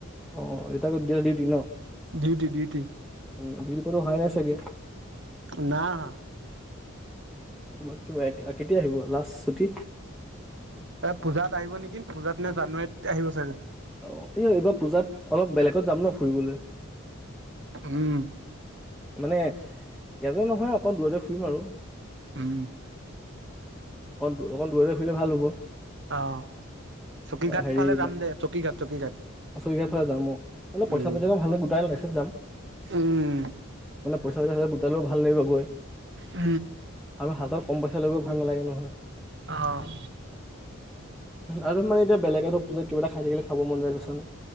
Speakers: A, in the centre; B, on the right.
A: অ দেতা গল ডিউটি ন
B: ডিউটি ডিউটি
A: উ ডিউটি কোনো আহাই নাই চাগে।
B: না অহা
A: কিবা কিবা কেতিয়া আহিব লাষ্ট ছুটি
B: এ পূজাত আহিব নেকি পূজাত নে জানুৱাৰীত আহিব চাগে।
A: অ এই এইবাৰ পূজাত অলপ বেলেগ ত যাম ন ফুৰিবলৈ
B: উম,
A: মানে ইয়াতে নহয় অকল দূৰতে ফুৰিম আৰু।
B: উম।
A: অকণ দ অকণ দূৰে দূৰে ফুৰিলে ভাল হ'ব।
B: অ', চকী ঘাট
A: হেৰি
B: ফালে যাম
A: বাচৰিকাৰাৰ
B: দে চকী ঘাট চকী ঘাট।
A: ফালে যাম অ অলপ পইচা
B: উম।
A: পাতি অলপ ভালকে গোটাই ল তাৰছত যাম
B: উম,
A: মানে পইচা চইচা হৈ লক পালেও ভাল লাগিব গৈ
B: উ
A: আৰু হাতত কম পইচা লৈ গৈও ভাল নালাগে নহয়
B: অহ
A: আৰু মানে এতিয়া বেলেগ ধৰ পুজত কিবা এটা খাই থাকিল খাব মন যায় দেচোন